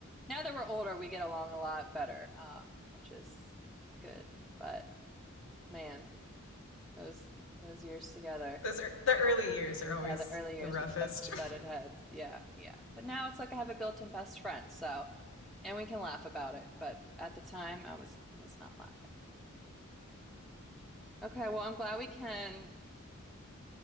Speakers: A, in the centre; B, on the left.
A: now that we're older, we get along a lot better, um, which is good. But man, those those years together,
B: those are the early years are always
A: yeah, the early years,
B: the roughest
A: we definitely butted heads. Yeah, yeah. But now it's like I have a built-in best friend, so and we can laugh about it. But at the time, I was I was not laughing. Okay, well, I'm glad we can